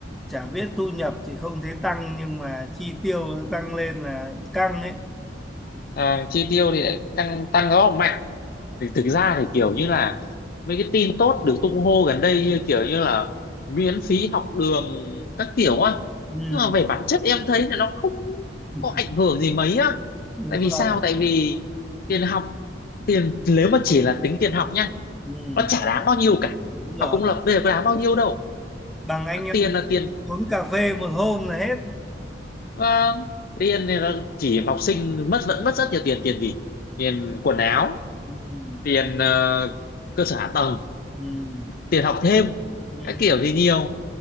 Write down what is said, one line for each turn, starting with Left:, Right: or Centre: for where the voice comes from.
Centre: chả biết thu nhập thì không thấy tăng nhưng mà chi tiêu nó tăng lên là căng ấy
Left: à, chi tiêu thì lại tăng tăng rất là mạnh thì thực ra thì kiểu như là mấy cái tin tốt được tung hô gần đây như kiểu như là miễn phí học đường các kiểu á
Centre: Ừm,
Left: nhưng mà về bản chất em thấy là nó không
Centre: <laughs>
Left: có ảnh hưởng gì mấy á
Centre: đúng
Left: tại vì
Centre: rồi
Left: sao tại vì tiền học tiền nếu mà chỉ là tính tiền học nha
Centre: Ừm,
Left: nó chả đáng bao nhiêu cả
Centre: đúng rồi
Left: học công lập bây giờ có đáng bao nhiêu đâu
Centre: bằng anh
Left: Nó
Centre: em
Left: tiền là tiền
Centre: uống cà phê một hôm là hết
Left: ờ, tiền thì nó chỉ học sinh mất vẫn mất rất nhiều tiền tiền gì tiền quần áo
Centre: Ừm,
Left: tiền ờ, cơ sở hạ tầng
Centre: ừm,
Left: tiền học thêm
Centre: ừm.
Left: các kiểu thì nhiều